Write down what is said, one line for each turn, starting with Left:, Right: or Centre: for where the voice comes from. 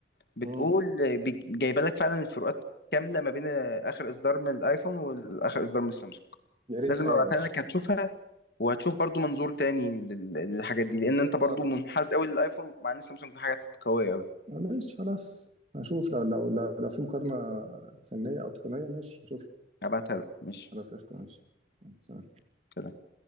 Left: بتقول
Right: مم،
Left: بي- جايبه لك فعلا الفروقات كامله ما بين اخر اصدار من الايفون واخر اصدار من السامسونج
Right: يا ريت
Left: لازم
Right: اه
Left: ابعتها لك هتشوفها وهتشوف برضو منظور تاني لل- للحاجات دي لان انت برضو
Right: يعني
Left: منحاز قوي للايفون مع ان سامسونج في حاجات قوية قوي
Right: آه، ماشي خلاص هشوف لو لو لو لو في مقارنة فنية أو تقنية ماشي هشوف
Left: هبعتها لك ماشي
Right: خلاص قشطة ماشي سلام
Left: سلام